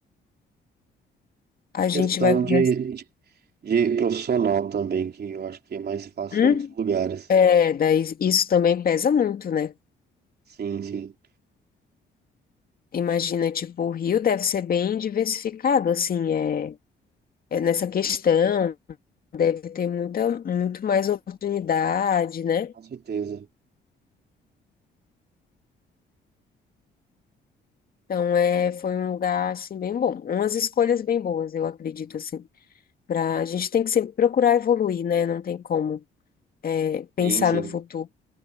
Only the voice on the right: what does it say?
Questão
de, de de profissional também, que eu acho que é mais fácil
em outros lugares.
Sim, sim.
Com certeza.
Sim, sim.